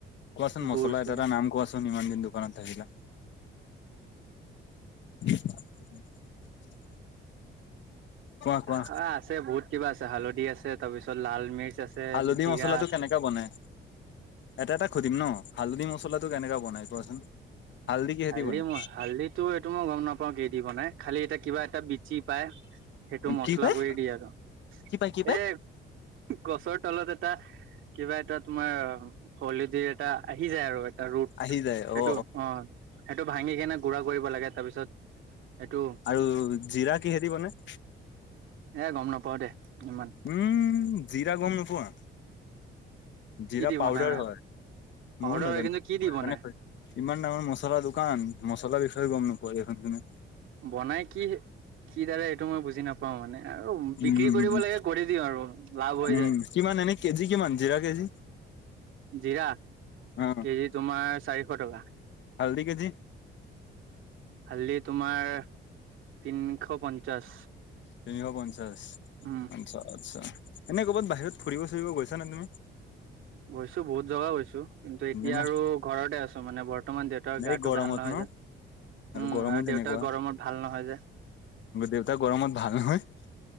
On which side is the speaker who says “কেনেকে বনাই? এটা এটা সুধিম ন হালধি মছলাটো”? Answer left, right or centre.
Left